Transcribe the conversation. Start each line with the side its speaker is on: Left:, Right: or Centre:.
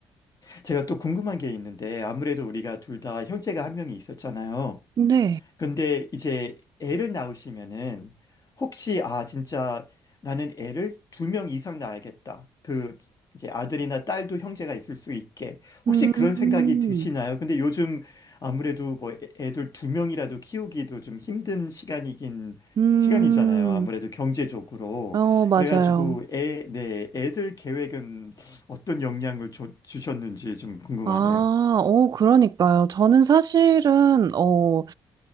Left: 제가 또 궁금한 게 있는데, 아무래도 우리가 둘 다 형제가 한 명이 있었잖아요.
Right: 네.
Left: 근데 이제 애를 낳으시면은 혹시 아 진짜 나는 애를 두 명 이상 낳아야겠다. 그 이제 아들이나 딸도 형제가 있을 수 있게
Right: 음,
Left: 혹시 그런 생각이 드시나요? 근데 요즘 아무래도 뭐 애- 애들 두 명이라도 키우기도 좀 힘든 시간이긴
Right: 음,
Left: 시간이잖아요. 아무래도 경제적으로.
Right: 어, 맞아요.
Left: 그래가지고 애, 네, 애들 계획은 어떤 영향을 줘- 주셨는지 좀 궁금하네요.
Right: 아, 어, 그러니까요. 저는 사실은, 어,